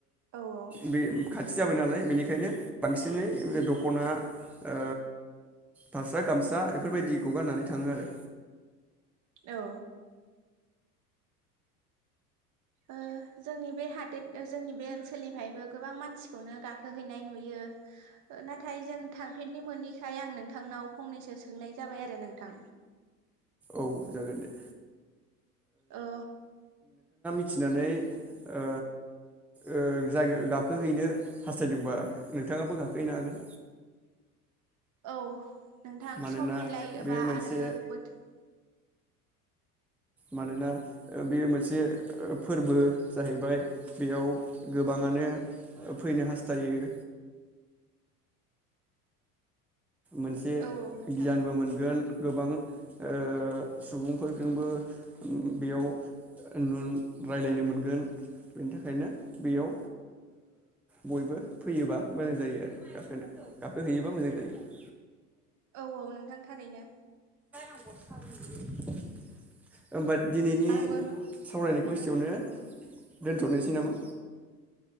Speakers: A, on the right; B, in the centre.
A: औ औ
B: बे खाथि जाबाय नालाय बेनि बेखायनो बांसिनै दख'ना ओ फास्रा गामसा बेफोरबायदिखौ गाननानै थाङो आरो।
A: औ। ओ जोंनि बे हादोर जोंनि बे ओनसोलनिफायबो गोबां मानसिखौनो गाखोहैनाय नुयो। नाथाय जों थांफेरनो मोनैखाय आं नोंथांनाव फंनैसो सोंनाय जाबाय आरो नोंथां।
B: औ जागोन दे।
A: ओ
B: थिनानै ओ ओ जायगा गाखोहैनो हास्थायदोंबा नोंथाङाबो गाखोहैनो हागोन।
A: औ। नोंथां
B: मानोना
A: सम मिलायोबा
B: बेयो मोनसे
A: आरो बोथो
B: मानोना बेयो मोनसे ओ फोरबो जाहैबाय बेयाव गोबाङानो फैनो हास्थायो। मोनसे
A: औ औ नोंथां
B: गियानबो मोनगोन। गोबां ओ सुबुंफोरजोंबो बेयाव न रायलायनो मोनगोन। बेनि थाखायनो बेयाव बयबो फैयोबा मोजां जायो आरो गाखोनो गाखोहैयोबा मोजां जायो।
A: औ औ नोंथां थारैनो।
B: <unintelligible> दिनैनि
A: आंबो
B: सावरायनाय खौ एसेयावनो दोनथ'नोसै नामा